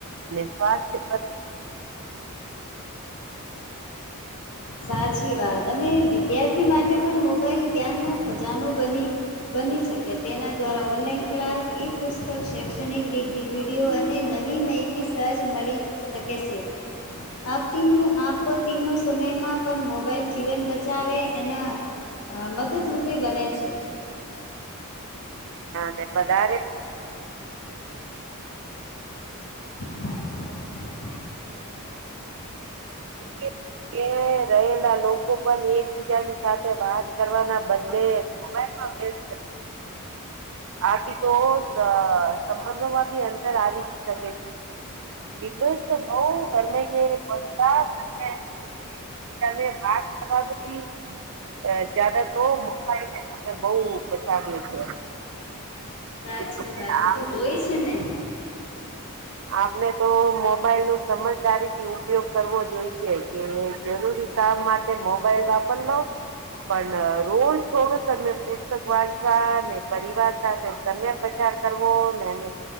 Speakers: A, on the right; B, on the left.
A: સ્વાસ્થ્ય
B: સાચી વાત અને વિદ્યાર્થી માટે પણ મોબાઈલ જ્ઞાનનો ખજાનો બની બની શકે તેના દ્વારા ઓનલાઈન ક્લાસ ઇફ પુસ્તક શૈક્ષણિક વિધી વિડીયો અને નવી માહિતી સહજ મળી શકે છે આપ તીનો આપ તીનો સો એમાં પણ મોબાઈલ જીવન બચાવે અને મદદરૂપી બને છે
A: હ વધારે
B: હ <unintelligible>
A: એ એ રહેલા લોકો પણ એકબીજાની સાથે વાત કરવાના બદલે મોબાઈલ માંગે છે આથી તો સંબંધોમાં બી અંતર આવી જ શકે એટલું જ તો બઉ ગરમે કે બધા ગરમે તમે વાત કરવાની બી જ્યાદા તો મોબાઈલને તમૅ બઉ પછાર્યું છે
B: સાચી
A: એટલે
B: વાત તો હોય જ ને
A: આપણે તો મોબાઈલ નું સમજદારીથી ઉપયોગ કરવો જોઈએ કે જરૂરી કામ માટે મોબાઈલ વાપરલો પણ રોજ થોડુંસમે પુસ્તક વાંચવા ને પરિવાર સાથે તમે પ્રચાર કરવો ને